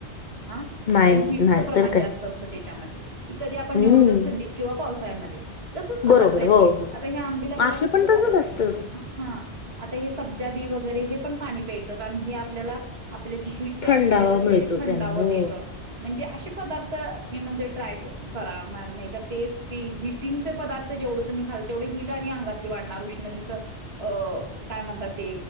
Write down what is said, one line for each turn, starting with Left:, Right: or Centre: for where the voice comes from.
Right: ‌ हा
Left: नाही
Right: पण
Left: नाही
Right: हीटचं
Left: नाही
Right: प्रमाण
Left: तर काय
Right: जास्त असतं त्या त्यामध्ये कधी आपण
Left: हम्म
Right: निवडतो थंडीत किंवा पावसाळ्यामध्ये तसंच पदार्थ
Left: बरोबर
Right: आहेत
Left: हो
Right: हे
Left: हो
Right: आता हे आंबली आपलं
Left: मासे पण तसच
Right: आता
Left: असतं
Right: हा आता हे सब्ज <unintelligible> बी वगैरे हे पण पाणी प्यायचं कारण हे आपल्याला आपलं जी हीट तयार
Left: थंडावा
Right: झालेलं असते
Left: मिळतो
Right: ते थंडाव
Left: त्यानं हो
Right: देतं म्हणजे असे पदार्थ मी म्हणतो ट्राय करा मल नाही तर तेच ती हिट <unintelligible> चे पदार्थ जेवढ तुम्ही खाल तेवढ हीट आणि अंगातली वाढणार उष्णतेच काय म्हणतात ते